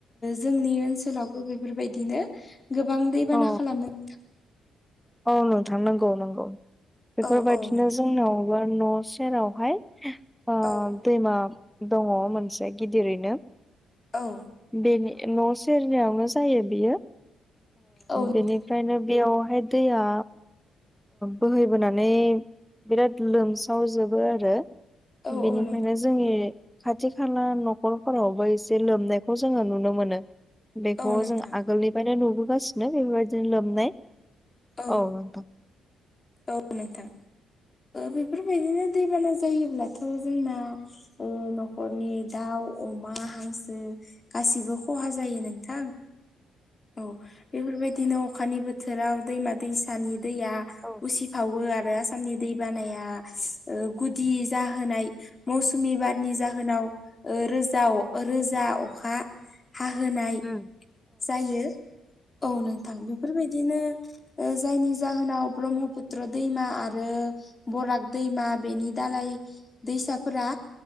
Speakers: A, on the left; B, in the centre.
A: जोंनि ओनसोलावबो बेफोरबायदिनो गोबां दैबाना
B: औ
A: खालामो
B: औ नोंथां नंगौ नंगौ बेफोरबायदिनो
A: औ औ नोंथां
B: जोंनाव न' सेरावहाय ओ
A: औ
B: दैमा दङ मोनसे गिदिरैनो
A: औ
B: बेनि न' सेरनायावनो जायो बियो
A: औ नोंथां
B: बेनि ओफ्रायायनो बेयावहाय दैया बोहैबोनानै बिराद लोमसावजोबो आरो
A: औ
B: बेनिफ्रायनो
A: औ नोंथां।
B: जोंनि खाथि खाला न'खरफोरावबो एसे लोमनायखौ जोङो नुनो मोनो बेखौ
A: औ नोंथां
B: जों आगोलनि ओायनो नुबोगासिनो बेबायदिनो लोमनाय
A: औ
B: औथां
A: औ नोंथां बेफोरबायदिनो दैबाना जायोब्लाथ' जोंना न'खरनि दाउ अमा हांसो गासिबो खहा जायो नोंथां औ बेफोरबायदिनो अखानि बोथोराव दैमा दैसानि दैया
B: औ
A: उसि बावो आरो आसामनि दैबानाया गुदि जाहोनाय मौसुमि बारनि जाहोनाव रोजा रोजा अखा हाहोनाय
B: उ
A: जायो औ नोंथां बेफोरबायदिनो जायनि जाहोनाव ब्रह्मपुत्र दैमा आरो बराग दैमा बेनि दालाय दैसाफोरा